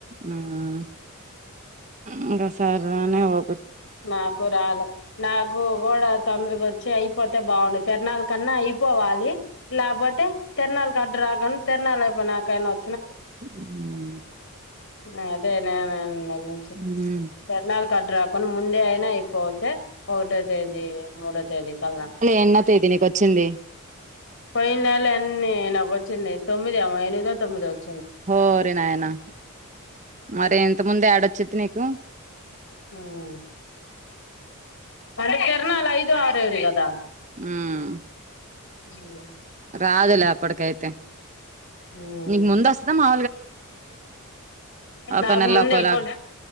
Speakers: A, on the right; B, on the left.
A: హ్ ఇంగ సరే అని ఒ
B: నాకు రాలా నా కు కూడా తొందరగా వచ్చి అయిపోతే బావుండు. తిరనాల కన్నా అయిపోవాలి లేకపోతే తిరునాళ్కు అడ్డురావు కానీ తిరునాళ్ అయిపోయినాకయిన వొ
A: హ్
B: నా అదే నేనే నిన్నట్ నుచ్చి
A: మ్మ్
B: తర్నాలు కడ్రాక్ రాకుండా ముందే అయినా అయిపోతే ఒకటో తేదీ మూడో తేదీ కల్లనా
A: ఏనో తేదీ నీకొచ్చింది.
B: పోయిన్ నెల ఎన్ని నాకు వచ్చింది. తొమ్మిది ఏమో ఎనిమిదో తొమ్మిదొత్
A: హోరి నాయనా మరి ఇంత ముందు యేడొచ్చేది నీకు
B: హుహ్ పండు చెరనల్ ఐదో ఆరు ఏడో గదా.
A: హుహ్
B: అయ్యాయో
A: రాదులే అప్పటికైతే,
B: ఉమ్
A: నీకు ముందు వస్తదా మా ఒక్కో
B: నాకు
A: నెల
B: ముందే
A: ఒక్కోలా
B: ఎప్పుడ్